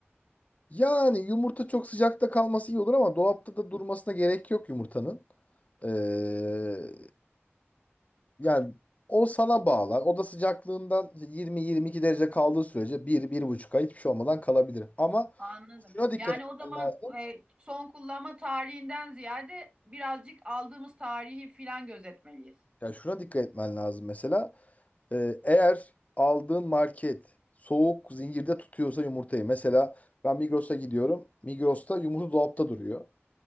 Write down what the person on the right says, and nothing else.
Anladım.
Yani
o zaman
e, son kullanma tarihinden ziyade birazcık aldığımız tarihi filan gözetmeliyiz.